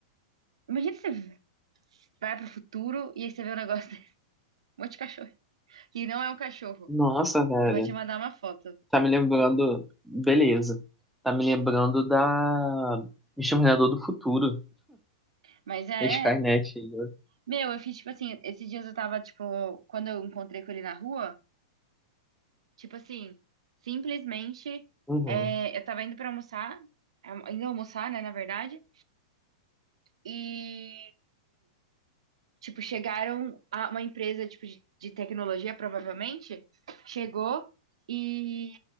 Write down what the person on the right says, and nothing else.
imagina você vai pro futuro e aí você vê um negócio, <laughs> um monte de cachorro que não é um cachorro.
Eu vou te mandar uma foto.
Mas é,
é.
Meu, eu fiz tipo assim, esses dias eu tava, tipo, quando eu encontrei com ele na rua, tipo assim, simplesmente
é, eu tava indo pra almoçar, é, indo almoçar, né, na verdade, e tipo, chegaram a uma empresa tipo de, de tecnologia, provavelmente, chegou e